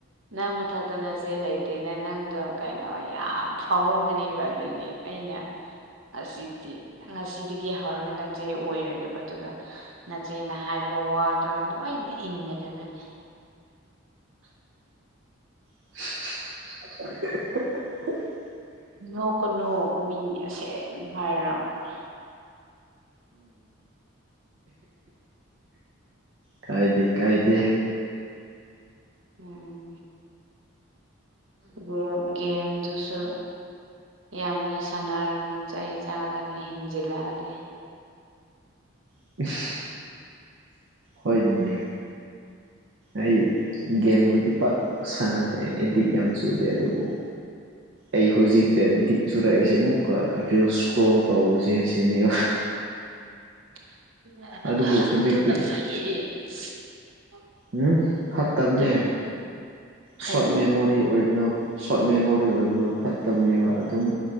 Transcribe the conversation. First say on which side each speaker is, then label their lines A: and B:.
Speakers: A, on the right; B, on the right.
A: ꯅꯪ ꯃꯊꯛꯇ ꯅꯆꯦ ꯂꯩꯇꯦꯅ ꯅꯪꯗꯣ ꯀꯩꯅꯣ ꯌꯥꯝ ꯐꯥꯎꯔꯝꯒꯅꯤꯕ ꯑꯗꯨꯒꯤ꯫ ꯑꯩꯅ ꯑꯁꯤꯗꯤ ꯉꯁꯤꯗꯒꯤ ꯍꯧꯔꯒ ꯅꯆꯦ ꯑꯣꯏꯔꯒꯦꯕ ꯑꯗꯨꯒ ꯅꯆꯦꯅ ꯍꯥꯏꯕ ꯋꯥꯗꯣ ꯂꯣꯏꯅ ꯏꯪꯒꯗꯕꯅꯤ꯫
B: <unintelligible>
A: ꯅꯣꯛꯀꯅꯨ ꯃꯤ ꯑꯁꯦꯡ ꯍꯥꯏꯔꯒ꯫ <inaudible>
B: ꯀꯥꯏꯗꯦ-ꯀꯥꯏꯗꯦ꯫
A: ꯎꯝ꯫ ꯒꯦꯝ ꯒꯦꯝꯗꯨꯁꯨ ꯌꯥꯝꯅ ꯁꯥꯟꯅꯔꯅꯨ ꯆꯩ ꯆꯥꯒꯅꯤ ꯍꯦꯟꯖꯤꯜꯂꯛꯑꯗꯤ꯫
B: <unintelligible> ꯍꫭꯏꯅꯤꯅꯦ ꯑꯩ ꯒꯦꯝꯕꯨꯗꯤ ꯄꯥꯛ ꯁꯥꯟꯅꯗꯦ ꯑꯦꯗꯤꯛ ꯌꯥꯝ ꯆꯨꯗꯦ ꯑꯗꯨꯕꯨ ꯑꯩ ꯍꯧꯖꯤꯛꯇ ꯗꯤꯛ ꯆꯨꯔꯛꯏꯁꯦ ꯑꯃꯨꯛꯀ ꯔꯤꯜ ꯏꯁꯀ꯭ꯔꯣꯜ ꯇꯧꯕꯁꯦ ꯁꯤꯅꯦꯕ꯫
A: <inaudible>
B: ꯑꯗꯨꯕꯨ ꯍꯧꯖꯤꯛꯇꯤ ꯎꯝ ꯐꯠꯇꯕꯅꯦ
A: ꯑꯗꯨꯅ ꯐꯩ
B: ꯁꯣꯔꯠ ꯃꯦꯃꯣꯔꯤ ꯑꯣꯏꯕꯗꯣ꯫ ꯁꯣꯔꯠ ꯃꯦꯃꯣꯔꯤ ꯑꯣꯏꯕꯗꯣ ꯐꯠꯇꯕꯅꯦꯕ ꯑꯗꯨꯝ